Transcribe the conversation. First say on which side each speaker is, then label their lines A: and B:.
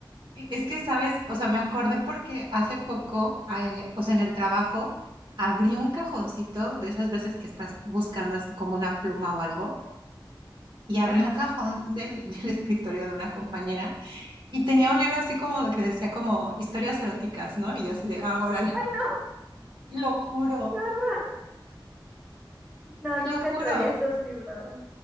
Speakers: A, on the right; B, on the right.
A: Es que, ¿sabes? O sea, me acordé porque hace poco, eh, o sea, en el trabajo, abrí un cajoncito de esas veces que estás buscando así como una pluma o algo, y abrí
B: <laughs> Ajá.
A: un cajón del, <laughs> del escritorio de una compañera y tenía un libro así como de que decía como historias eróticas, ¿no? Y yo así de, ah, órale,
B: ¡Ay, no!
A: <laughs> te lo juro,
B: ¡Qué horror! No,
A: te
B: nunca
A: lo juro.
B: entraría a esos libros.